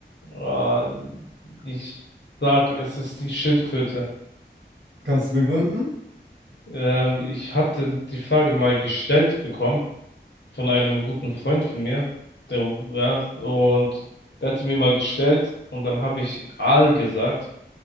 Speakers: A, on the left; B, on the right.
A: äh, ich sag, es ist die Schildkröte.
B: Kannst du begründen?
A: Ähm, ich hatte die Frage mal gestellt bekommen. von einem guten Freund von mir. Der, ja, und der hat die mir mal gestellt und dann habe ich Aal gesagt.